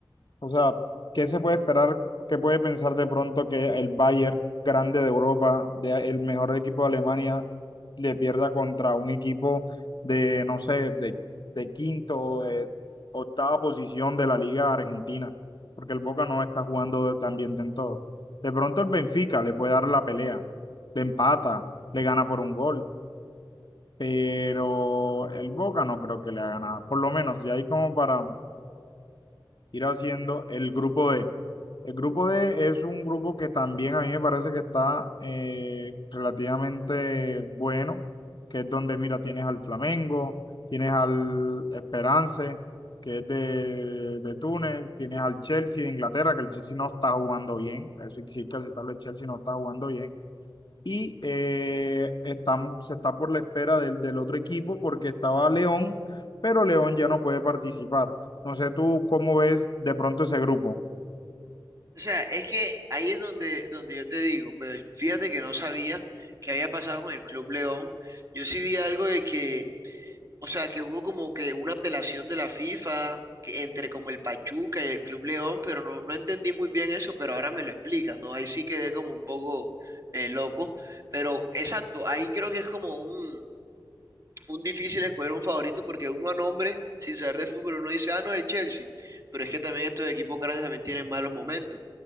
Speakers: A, on the left; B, on the right.
A: o sea, ¿qué se puede esperar? ¿Qué puede pensar de pronto que el Bayern, grande de Europa, de- el mejor equipo de Alemania, le pierda contra un equipo de, no sé, de, de quinto o de octava posición de la Liga Argentina? Porque el Boca no está jugando tan bien de en todo. De pronto el Benfica le puede dar la pelea, le empata, le gana por un gol, pero el Boca no creo que le haga nada. Por lo menos, ya hay como para ir haciendo el grupo D el grupo D es un grupo que también a mí me parece que está eh, relativamente bueno, que es donde, mira, tienes al Flamengo, tienes al Esperance, que es de, de Túnez, tienes al Chelsea de Inglaterra, que el Chelsea no está jugando bien, eso sí hay que aceptarlo, el Chelsea no está jugando bien, y eh, están- se está por la espera del, del otro equipo porque estaba León, pero León ya no puede participar. No sé tú cómo ves de pronto ese grupo.
B: O sea, es que ahí es donde, donde yo te digo, pero fíjate que no sabía qué había pasado con el Club León. Yo sí vi algo de que, o sea, que hubo como que una apelación de la FIFA que entre como el Pachuca y el Club León, pero no, no entendí muy bien eso, pero ahora me lo explicas, ¿no? Ahí sí quedé como un poco eh, loco, pero exacto, ahí creo que es como un, un difícil escoger un favorito porque uno a nombre, sin saber de fútbol, uno dice, ah, no, el Chelsea. Pero es que también estos equipos grandes también tienen malos momentos.